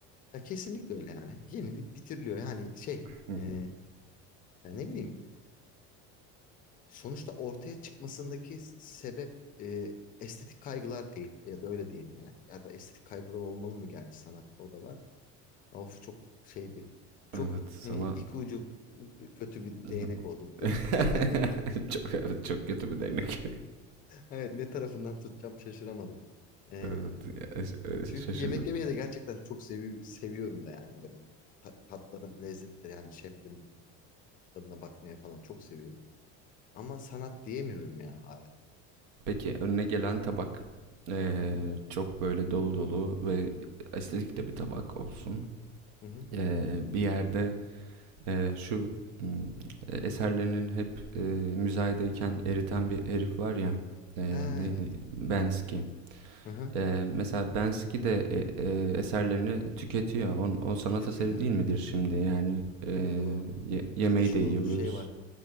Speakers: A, on the left (about 25°); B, on the right (about 75°).
A: Ya kesinlikle öyle yani. Yenilip bitiriliyor yani şey
B: <laughs>
A: e, ya ne bileyim Sonuçta ortaya çıkmasındaki sebep e, estetik kaygılar değil ya da öyle diyelim yani. Ya da estetik kaygılar olmalı mı gerçi sanatta o da var. Of çok şey bir çok
B: Evet sana
A: e, iki ucu e, kötü bir
B: <laughs>
A: değnek oldu bu durum. <laughs>
B: çok evet, çok kötü bir değnek.
A: Evet ne tarafından tutacağım şaşıramadım. E,
B: Evet, e,
A: çünkü
B: şaşırdın.
A: yemek yemeyi de gerçekten çok sevi seviyorum da yani böyle ta- tatların lezzetleri yani şeflerin tadına bakmaya falan çok seviyorum. Ama sanat diyemiyorum ya hala.
B: Peki önüne gelen tabak Ee,
A: Hı hı.
B: çok böyle dolu dolu ve estetik de bir tabak olsun.
A: Hı hı.
B: Ee, bir yerde e, şu hmm, e, eserlerinin hep e, müzayedeyken eriten bir herif var ya. e,
A: Ha
B: neydi?
A: evet.
B: Bensky.
A: Hı hı.
B: Ee, mesela Bensky de e, e, eserlerini tüketiyor. On, o sanat
A: Tüketiyor
B: eseri
A: evet.
B: değil midir şimdi? Yani e,
A: Doğru doğru.
B: ye- yemeği
A: Ya da şu
B: de yiyoruz.
A: şey var.